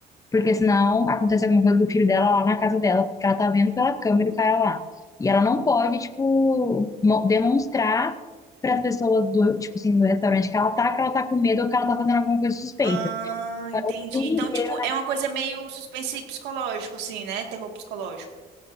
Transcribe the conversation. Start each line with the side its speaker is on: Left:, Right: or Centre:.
Left: Porque senão acontece alguma coisa com o filho dela lá na casa dela, porque ela tá vendo pela câmera o cara lá. E ela não pode, tipo, mo- demonstrar para as pessoas do, tipo assim, do restaurante que ela tá, que ela tá com medo ou que ela tá fazendo alguma coisa suspeita.
Right: Ah, entendi.
Left: O filme
Right: Então,
Left: inteiro
Right: tipo,
Left: né?
Right: é uma coisa meio suspense psicológico, assim, né? Terror psicológico.